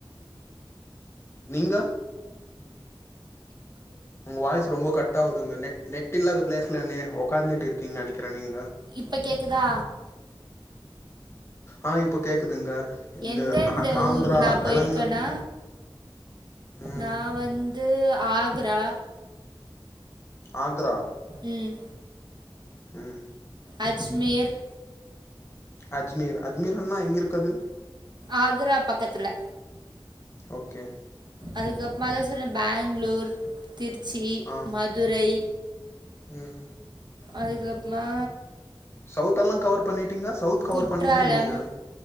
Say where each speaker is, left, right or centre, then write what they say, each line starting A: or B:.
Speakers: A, on the left (about 30°); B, on the right (about 55°).
A: நீங்க உங்க வாய்ஸ் ரொம்ப கட் ஆகுதுங்க நெட் நெட் இல்லாத ப்ளேஸ்ல நீ உக்காந்துகிட்டு இருக்கீங்க நினைக்கிற நீங்க
B: இப்ப கேக்குதா
A: ஆ இப்ப கேக்குதுங்க இந்த
B: எந்த எந்த
A: ஆ ஆந்திரா
B: ஊருக்கு நா போயிருக்கன்னா
A: தெலுங்கா ம்
B: நா வந் இது ஆக்ரா
A: ஆக்ரா
B: ம்
A: ம்
B: அஜ்மீர்
A: அஜ்மீர் அஜ்மீர்ன்னா எங்க இருக்கு அது
B: ஆக்ரா பக்கத்துல
A: ஓகே
B: அதுக்கப்புறமா தா சொன்னே பெங்ளூர் திருச்சி
A: ஆ
B: மதுரை
A: ம்
B: அதுக்கப்பமா
A: சவுத் அல்லா கவர் பண்ணிட்டீங்க சவுத் கவர்
B: குற்றாலம்
A: பண்ணீங்களா இல்லையா